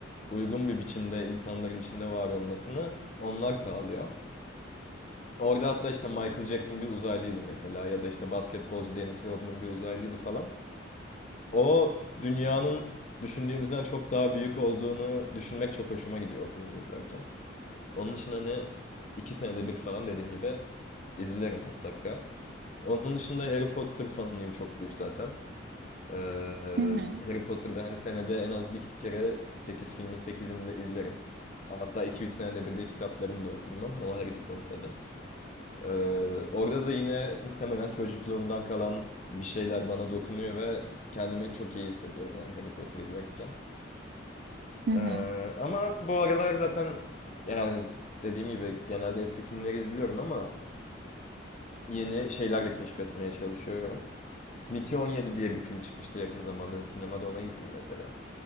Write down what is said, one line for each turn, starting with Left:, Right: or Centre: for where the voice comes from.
Left: uygun bir biçimde insanların içinde var olmasını onlar sağlıyor. Orada hatta işte Michael Jackson bir uzaylıydı mesela ya da işte basketbolcu Dennis Rodman bir uzaylıydı falan. O dünyanın düşündüğümüzden çok daha büyük olduğunu düşünmek çok hoşuma gidiyor o filmi izlerken. Onun için hani iki senede bir falan dediğim gibi izlerim mutlaka. Onun dışında Harry Potter fanıyım çok büyük zaten. Ee,
Right: Hı hı.
Left: Harry Potter'da hani senede en az bir kere 8 filmin sekizini de izlerim. Hatta iki üç senede bir de kitaplarını da okurum ama o ayrı bir konu tabii. Ee, orada da yine muhtemelen çocukluğumdan kalan bir şeyler bana dokunuyor ve kendimi çok iyi hissediyorum yani Harry Potter izlerken.
Right: Hı hı.
Left: Ee, ama bu aralar zaten yani dediğim gibi genelde eski filmleri izliyorum ama yeni şeyler de keşfetmeye çalışıyorum. Mickey on yedi diye bir film çıkmıştı yakın zamanda. Sinemada ona gittim mesela.